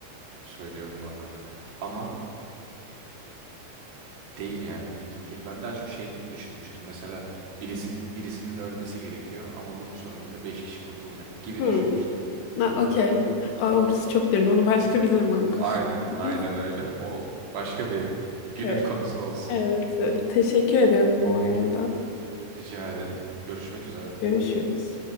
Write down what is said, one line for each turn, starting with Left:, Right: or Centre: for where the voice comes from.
Right: söylüyorum bu arada. Ama Değil yani bu iyilik değil. Ben daha çok şey gibi düşünmüştüm. Mesela birisin, birisinin ölmesi gerekiyor ama bunun sonucunda 5 kişi kurtulacak gibi
Left: Hmm.
Right: düşünmüştüm.
Left: Ha, Okey. Aa, Orası çok derin. Onu başka bir zaman konuşuruz.
Right: Aynen, aynen
Left: <laughs>
Right: öyle. O başka bir günün
Left: Evet.
Right: konusu olsun.
Left: Evet. Teşekkür ederim bu arada.
Right: Rica ederim. Görüşmek üzere.
Left: Görüşürüz.